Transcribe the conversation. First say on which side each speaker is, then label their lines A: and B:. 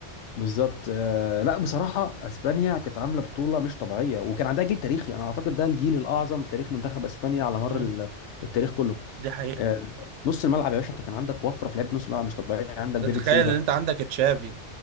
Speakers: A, on the left; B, on the right.
A: بالظبط آه، لا بصراحه اسبانيا كانت عامله بطوله مش طبيعيه وكان عندها جيل تاريخي انا اعتقد ده الجيل الاعظم في تاريخ منتخب اسبانيا على مر
B: مم.
A: ال- التاريخ كله
B: دي حقيقة
A: آه، نص الملعب يا باشا انت كان عندك وفره في لعيبه نص الملعب مش طبيعيه عندك
B: لا
A: ديفيد
B: تخيل
A: سيلفا
B: ان انت عندك تشافي